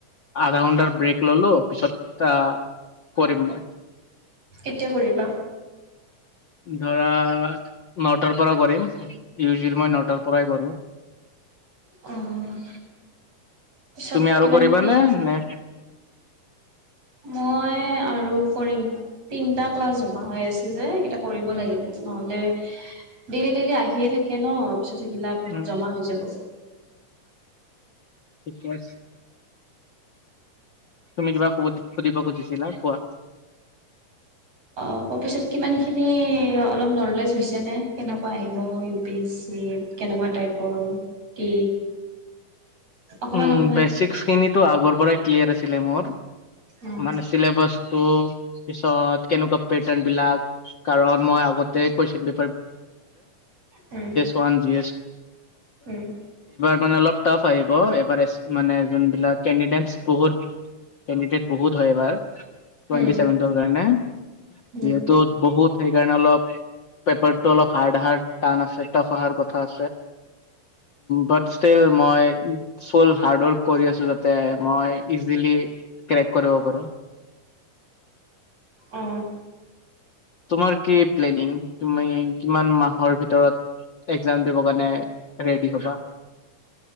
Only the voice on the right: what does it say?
কেতিয়া কৰিবা
অ', পিছত
কিমানখিনি
মই আৰু কৰিম তিনটা ক্লাছ জমা হৈ আছে যে এইকেইটা কৰিব লাগিব নহলে ডেইলি ডেইলি আহিয়ে থাকে ন পিছত সেইবিলাক
জমা হৈ যাব
অক পিছত কিমান খিনি অলপ নলেজ হৈছে নে কেনেকুৱা আহিব ইউ পি এছ চি কেনেকুৱা টাইপৰ কি অকমান
অকমান
উম
উম
উম উম
উম
উম
অ